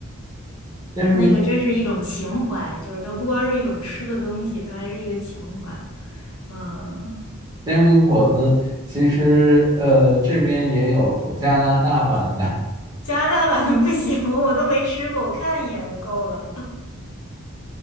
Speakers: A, on the right; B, on the left.
A: 煎饼
B: 那个真是一种情怀，就是它不光是一种吃的东西，它还是一个情怀。嗯，
A: 煎饼果子，其实呃这边也有加拿大版的，
B: 加拿大版的不行，我都没吃过，我看一眼就够了。